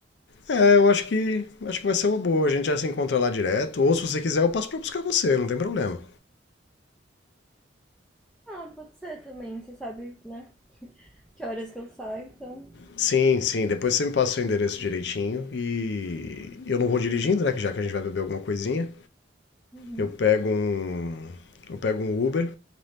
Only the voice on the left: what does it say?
É, eu acho que acho que vai ser uma boa. A gente já se encontra lá direto. Ou se você quiser, eu passo pra buscar você, não tem problema.
Sim, sim. Depois você me passa o seu endereço direitinho e eu não vou dirigindo, né? Que já que a gente vai beber alguma coisinha,
eu pego um eu pego um Uber,